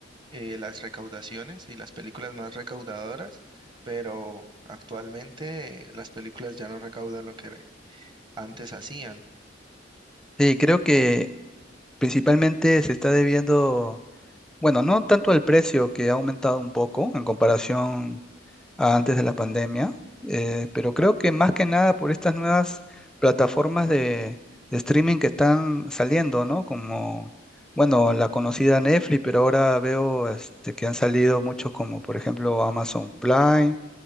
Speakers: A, on the right (about 25°); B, in the centre.
A: eh, las recaudaciones y las películas más recaudadoras, pero actualmente eh, las películas ya no recaudan lo que antes hacían.
B: sí creo que principalmente se está debiendo, bueno, no tanto al precio que ha aumentado un poco en comparación a antes de la pandemia, eh, pero creo que más que nada por estas nuevas plataformas de, de streaming que están saliendo, ¿no? Como, bueno, la conocida Netflix, pero ahora veo este, que han salido muchos como, por ejemplo, Amazon Prime,